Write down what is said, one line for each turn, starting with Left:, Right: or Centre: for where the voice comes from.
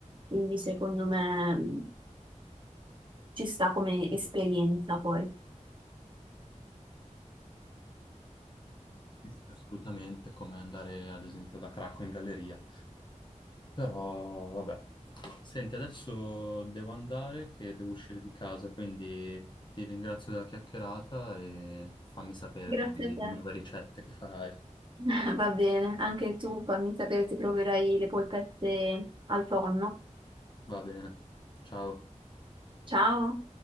Right: quindi secondo me mh, ci sta come esperienza poi.
Left: Sì, sì. Assolutamente, come andare ad esempio da Cracco in galleria. Però, vabbè. Senti, adesso devo andare che devo uscire di casa, quindi ti ringrazio della chiacchierata e fammi sapere
Right: Grazie
Left: poi
Right: a te.
Left: le nuove ricette che farai.
Right: <laughs> Va bene, anche tu fammi sapere se proverai le polpette al tonno.
Left: Va bene. Ciao.
Right: Ciao!